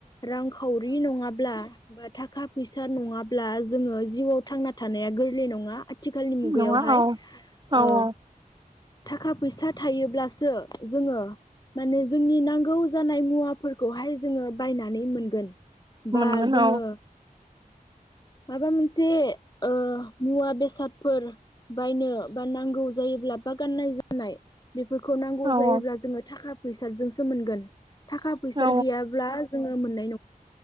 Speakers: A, on the left; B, on the right.
A: रांखावरि नङाब्ला बा थाखा फैसा नङाब्ला जोङो जिउआव थांना थानाया गोरलै नङा आथिखालनि मुगायावहाय
B: नङा औ औ
A: ओ
B: औ
A: थाखा फैसा थायोब्लासो जोङो माने जोंनि नांगौ जानाय मुवाफोरखौहाय जोङो बायनानै मोनगोन।
B: मोनगोन
A: बा जोङो
B: औ
A: माबा मोनसे ओ मुवा बेसादफोर बायनो बा नांगौ जायोब्ला बा गाननाय जोमनाय बेफोरखौ नांगौ
B: औ
A: जायोब्ला जोङो थाखा फैसाजोंसो मोनगोन थाखा फैसा
B: औ
A: गैयाब्ला नाय